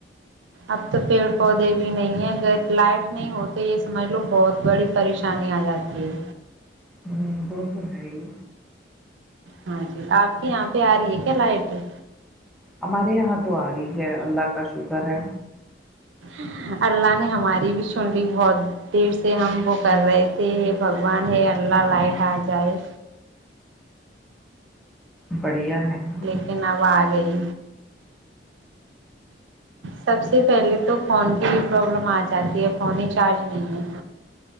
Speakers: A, on the right; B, in the centre.
A: اب تو پیڑ پودے بھی نہیں ہیں اگر لائٹ نہیں ہو تو یہ سمجھ لو بہت بڑی پریشانی آ جاتی ہے
B: ہوں وہ تو ہے ہی
A: ہاں آپ کے یہاں پہ آ رہی ہے کیا لائٹ بی
B: ہمارے یہاں تو آ رہی ہے اللہ کا شکر ہے
A: ہاں اللہ نے ہماری بھی سن لی بہت دیر سے ہم وہ کر رہے تھے بگوان ہی ارلہ لائٹ آ جائے
B: بڑھیا ہے نا
A: لیکن اب آ گئی سب سے پہلے تو فون کی بھی پرابلم آ جاتی ہے فون ہی چارج نہیں ہے